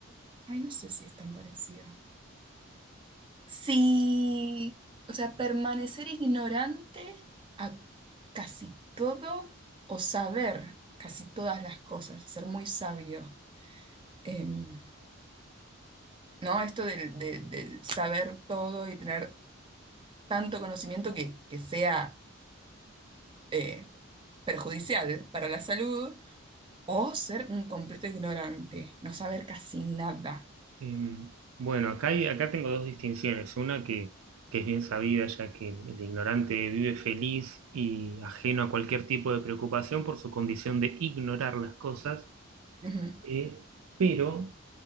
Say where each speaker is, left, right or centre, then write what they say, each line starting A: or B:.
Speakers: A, on the right; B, on the right.
A: ay, no sé si es tan parecida. Sí, o sea, permanecer ignorante a casi todo o saber casi todas las cosas, ser muy sabio. Em, ¿no? Esto del, de- del saber todo y tener tanto conocimiento que, que sea eh, perjudicial para la salud, o ser un completo ignorante, no saber casi nada.
B: Em, bueno, acá, hay- acá tengo dos distinciones. Una que, que es bien sabida, ya que el, el ignorante vive feliz y ajeno a cualquier tipo de preocupación por su condición de ignorar las cosas,
A: Ujú.
B: eh, pero